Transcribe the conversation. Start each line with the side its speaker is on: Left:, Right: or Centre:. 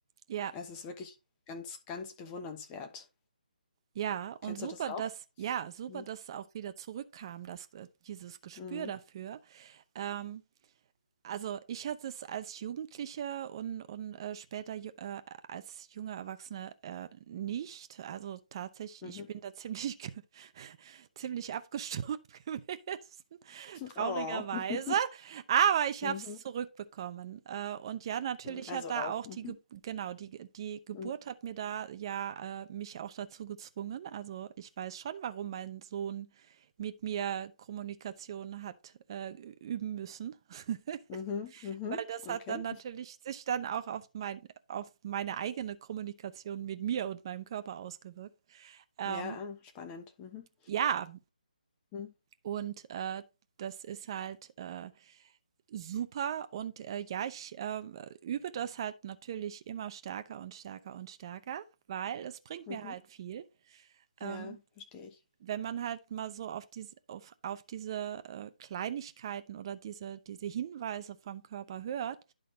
Right: Ja.
Left: Es ist wirklich ganz, ganz bewundernswert.
Right: Ja, und
Left: Kennst
Right: super,
Left: du das auch?
Right: dass ja, super,
Left: Mhm.
Right: dass es auch wieder zurückkam, dass äh, dieses Gespür
Left: Mhm.
Right: dafür. Ähm, also ich hatte es als Jugendliche und, und äh, später ju- äh, als junger Erwachsene äh, nicht. Also tatsächlich,
Left: Mhm.
Right: ich bin da ziemlich <laughs> Ziemlich abgestumpft <laughs> gewesen, traurigerweise.
Left: Oh. Mhm.
Right: Aber ich
Left: <laughs>
Right: habe es zurückbekommen. Äh, und ja, natürlich
Left: Mhm. Also
Right: hat da
Left: auch.
Right: auch
Left: Mhm.
Right: die Ge genau, die die Geburt
Left: Mhm.
Right: hat mir da ja, äh, mich auch dazu gezwungen. Also, ich weiß schon, warum mein Sohn mit mir Kommunikation hat, äh, üben müssen, <laughs>
Left: Mhm. Mhm.
Right: weil das
Left: Okay.
Right: hat dann natürlich sich dann auch auf mein auf meine eigene Kommunikation mit mir und meinem Körper ausgewirkt. Ähm,
Left: Ja, ah, spannend. Mhm.
Right: ja,
Left: Mhm.
Right: und äh, das ist halt äh, super. Und äh, ja, ich äh, übe das halt natürlich immer stärker und stärker und stärker, weil es bringt
Left: Mhm.
Right: mir halt viel. Ähm,
Left: Ja, verstehe ich.
Right: wenn man halt mal so auf diese, auf, auf diese äh, Kleinigkeiten oder diese, diese Hinweise vom Körper hört,